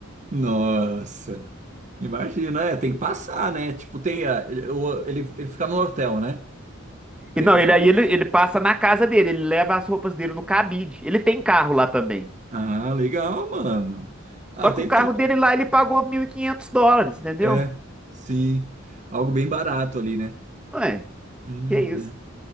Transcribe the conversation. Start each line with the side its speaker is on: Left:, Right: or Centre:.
Right: Nossa. Imagina, é, tem que passar, né? Tipo, tem a, o- ele, ele fica no hotel, né? Pra
Centre: E não,
Right: evitar
Centre: ele aí
Right: custos.
Centre: ele, ele passa na casa dele, ele leva as roupas dele no cabide. Ele tem carro lá também.
Right: Ah, legal, mano. Ah,
Centre: Só
Right: tem
Centre: que o carro
Right: tudo.
Centre: dele lá ele pagou 1.500 dólares, entendeu?
Right: É, sim. Algo bem barato ali, né?
Centre: Ué,
Right: Uhum.
Centre: que isso?